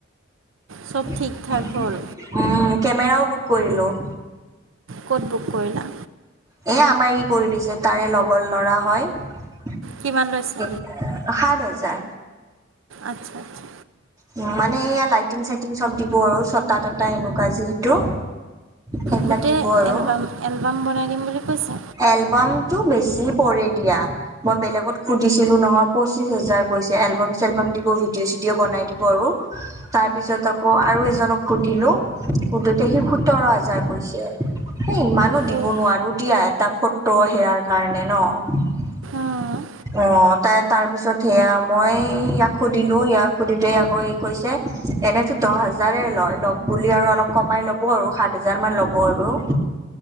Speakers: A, on the right; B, on the right.
A: চব
B: উম,
A: ঠিক ঠাক হ'ল
B: কেমেৰাও বুক কৰিলোঁ।
A: ক'ত বুক কৰিলা?
B: এ, আমাৰ ই কৰি দিছে, তাৰে লগৰ ল'ৰা হয়।
A: কিমান লৈছে?
B: সাত হাজাৰ।
A: আচ্ছা। আচ্ছা
B: উম, মানে এয়া লাইটিং চাইটিং চব দিব আৰু ছটা তটা এনেকুৱা যিহেতু। সেইবিলাক
A: গোটেই
B: দিব আৰু
A: এলবা এলবাম বনাই দিম বুলি কৈছে।
B: এলবামটো বেছি পৰে দিয়া। মই বেলেগত সুধিছিলোঁ নহয় পঁচিশ হাজাৰ কৈছে, এলবম চেলবাম দিব, ভিডিঅ' চিডিঅ' বনাই দিব আৰু। তাৰপিছত আকৌ আৰু এজনক সুধিলোঁ সুধোতে সি সোতৰ হাজাৰ কৈছে। এই ইমানো দিব
A: অঁ
B: নোৱাৰোঁ দিয়া, এটা ফটো সেয়াৰ কাৰণে ন'?
A: উম।
B: অ' তাই তাৰপিছত সেয়া মই ইয়াক সুধিলোঁ, ইয়াক সুধিতে আকৌ ই কৈছে এনেতো দহ হাজাৰে লয়, লগ বুলি আৰু অলপ কমাই ল'ব আৰু সাত হাজাৰ মান ল'ব আৰু।